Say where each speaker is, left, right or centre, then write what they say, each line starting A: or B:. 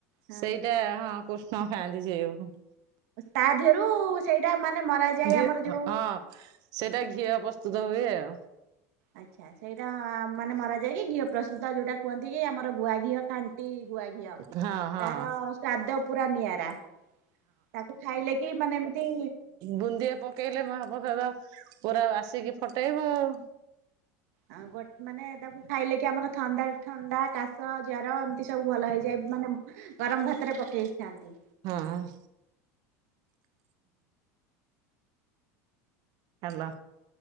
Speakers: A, on the right; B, on the right.
A: ହଁ
B: ସେଇଟା ହଁ କୃଷ୍ଣ ଖାଆନ୍ତି ସେଆକୁ।
A: ତା ଧିଅରୁ ସେଇଟା ମାନେ ମରା ଯାଏ
B: ଘିଅ
A: ଆମର
B: ହଁ
A: ଯୋଉ
B: ସେଇଟା ଘିଅ ପ୍ରସ୍ତୁତ ହୁଏ ଆଉ।
A: ଆଚ୍ଛା ସେଇଟା ମାନେ ମାରା ଯାଇକି ଘିଅ ପ୍ରସ୍ତୁତ ଯୋଉଟା କୁହନ୍ତି କି ଆମର ଗୁଆ ଘିଅ। ଖାଣ୍ଟି ଗୁଆ ଘିଅ
B: ହଁ ହଁ
A: ତାର ସ୍ଵାଦ ପୁରା ନିଆରା। ତାକୁ ଖାଇଲେ କି ମାନେ ଏମତି
B: ବୁନ୍ଦିଆ ପକେଇଲେ ମହାପ୍ରସାଦ ପୁରା ଆସିକି ଫଟେଇବ ଆଉ।
A: ଆଁ ଗୋ ମାନେ ତାକୁ ଖାଇଲେ କି ଆମର ଥଣ୍ଡା ଥଣ୍ଡା କାଶ ଜର ସବୁ ଭଲ ହେଇଯାଏ ମାନେ ଗରମ ଭାତରେ ପକେଇଥାନ୍ତି।
B: ହଁ ହଁ। ହାଲୋ